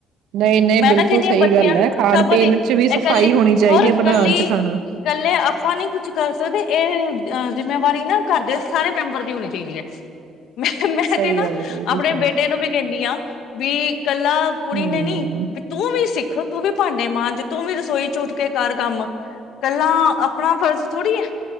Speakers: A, on the right (about 80°); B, on the left (about 65°).
A: ਨਹੀਂ ਨਹੀਂ
B: ਮੈਂ
A: ਬਿਲਕੁਲ
B: ਤਾਂ ਕਹਿੰਨੀ
A: ਸਹੀ
B: ਆਂ ਬੱਚਿਆਂ
A: ਗੱਲ ਹੈ ਖਾਣ
B: ਸਭ
A: ਪੀਣ
B: ਦੀ
A: ਚ ਵੀ ਸਫ਼ਾਈ
B: ਐ ਕੱਲੀ
A: ਹੋਣੀ ਚਾਹੀਦੀ
B: ਹੋਰ ਇਕੱਲੀ
A: ਹੈ ਬਣਾਉਣ ਚ ਖਾਣਾ
B: ਕੱਲੇ ਆਪਾਂ ਨੀ ਕੁਛ ਕਰ ਸਕਦੇ ਅ ਜਿੰਮੇਵਾਰੀ ਨਾ ਘਰ ਦੇ ਸਾਰੇ ਮੈਂਬਰ ਦੀ ਹੋਣੀ ਚਾਈਦੀ ਐ। ਮੈਂ, ਮੈਂ
A: ਸਹੀ
B: ਤੇ ਨਾ
A: ਗੱਲ ਕਹੀ
B: ਆਪਣੇ
A: ਤੁਸੀਂ
B: ਬੇਟੇ ਨੂੰ ਵੀ ਕਹਿੰਨੀ ਆਂ ਵੀ ਕੱਲਾ ਕੁੜੀ
A: ਹੂੰ
B: ਨੇ ਨੀ ਬੀ ਤੂੰ ਵੀ ਸਿੱਖ ਖਲੋ, ਤੂੰ ਵੀ ਭਾਂਡੇ ਮਾਂਝ, ਤੂੰ ਵੀ ਰਸੋਈ ਚ ਉੱਠ ਕੇ ਕਰ ਕੰਮ। ਕੱਲਾ ਆਪਣਾ ਫਰਜ਼ ਥੋੜ੍ਹੀ ਐ